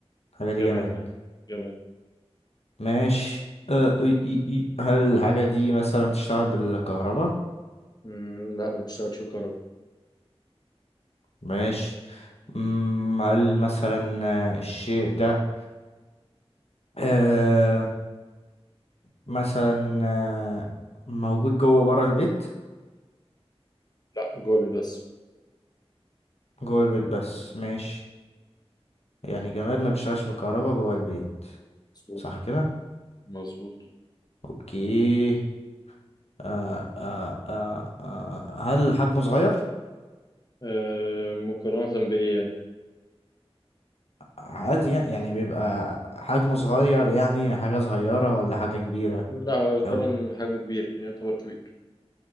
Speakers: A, on the left (about 75°); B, on the left (about 40°).
A: الحاجة دي
B: جماد
A: جماد
B: لا جماد
A: ماشي أه إي إي إي. هل الحاجة دي مثلا بتشتغل بالكهرباء؟
B: مم، لا ما بتشتغلش بالكهرباء
A: ماشي أمم، هل مثلا آه، الشيء ده أه مثلا آه، موجود جوه وبره البيت؟
B: لا جولد بس
A: جوه البيت بس ماشي يعني جماد ما بيشتغلش بالكهرباء جوه البيت
B: مظبوط
A: صح كده؟
B: مظبوط
A: اوكي أه أه أه أه هل حجمه صغير؟
B: آه، مقارنة بإيه يعني؟
A: عادي يعني بيبقى حجمه صغير يعني حاجة صغيرة ولا حاجة كبيرة
B: لا هو يقارن
A: أوي؟
B: حجمه كبير يعني يعتبر كبير